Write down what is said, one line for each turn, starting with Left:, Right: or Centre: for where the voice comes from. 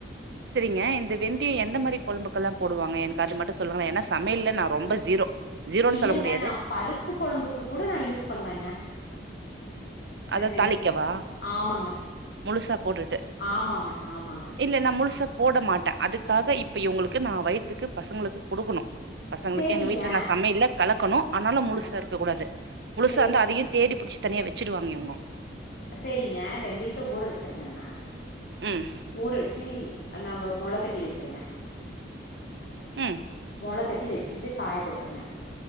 Right: சரிங்க இந்த வெந்திய எந்த மாரி கொழம்புக்கெல்லா போடுவாங்க எனக்கு அது மட்டும் சொல்லுங் ஏன்னா சமையல்ல நா ரொம்ப ஜீரோ ஜுரோன்
Left: இல்லங்க
Right: சொல்ல முடியாது
Left: நா பருப்பு கொழம்புக்கு கூட நா யூஸ் பண்ணுவேங்க
Right: அத
Left: வெந்தயோ
Right: தாளிக்கவா
Left: ஆமாங்க
Right: முழுசா போட்டுட்டு
Left: ஆமாங்க ஆமாங்க
Right: இல்ல நா முழுச்சா போட மாட்டே அதுக்காக இப்ப இவங்களுக்கு நா வயித்துக்கு பசங்களுக்கு குடுக்கணு பசங்களுக்கு
Left: சேரிங்க
Right: எங்க வீட்டுல நா சமையல்ல கலக்கணு ஆனாலு முழுசா
Left: ஆ
Right: இருக்க கூடாது முழுசா
Left: சே
Right: இருந்தா அதையோ தேடி புடிச் தனியா வெச்சிடுவாங்க இவங்கோ
Left: சேரிங்க வெந்தயத்த ஊற வச்சிருக்கங்க
Right: ம்
Left: ஊற வச்சு நம்ப மொள கட்டி வச்சிருங்க
Right: உம்
Left: மொள கட்டி வச்சுட்டு காய போட்டுருங்க